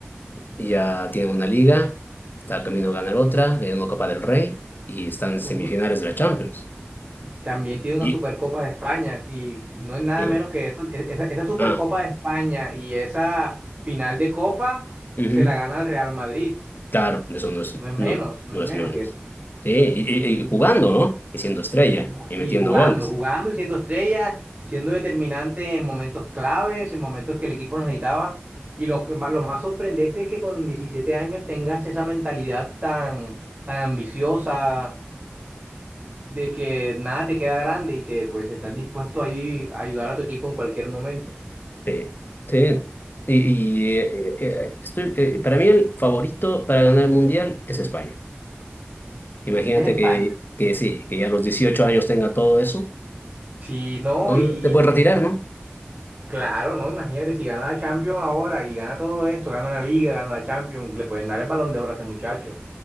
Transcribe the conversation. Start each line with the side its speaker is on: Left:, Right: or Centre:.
Left: ya tiene una liga, está camino a ganar otra, ganó una Copa del Rey y está en
Right: Su-
Left: semifinales de la Champions.
Right: También tiene una
Left: Y
Right: Supercopa de España y no es nada
Left: Eh,
Right: menos que esa, e, esa, esa Supercopa
Left: ah,
Right: de España y esa final de Copa
Left: ujú.
Right: se la gana el Real Madrid.
Left: Claro, de eso no es,
Right: No es menos,
Left: no,
Right: no
Left: no
Right: es menos,
Left: es menos.
Right: ¿cierto?
Left: Sí, y, y- y jugando, ¿no? Y siendo estrella
Right: Ju-
Left: y
Right: Y
Left: metiendo
Right: jugando,
Left: goles.
Right: jugando y siendo estrella, siendo determinante en momentos claves, en momentos que el equipo nos necesitaba. Y lo que más, lo más sorprendente es que con 17 años tengas esa mentalidad tan, tan ambiciosa de que nada te queda grande y que pues estás dispuesto ahí a ayudar a tu equipo en cualquier momento.
Left: Sí, sí. Y, y, eh, eh, eh, estoy- eh, para mí el favorito para ganar el Mundial es España. Imagínate
Right: Es España.
Left: que, que sí, que ya a los 18 años tenga todo eso,
Right: Sí, no,
Left: ¿no?
Right: y,
Left: Te puedes
Right: y-
Left: retirar, ¿no?
Right: y- claro, no, imagínate, si gana la Champions ahora y gana todo esto, gana la Liga, gana la Champions, le pueden dar el Balón de Oro a ese muchacho.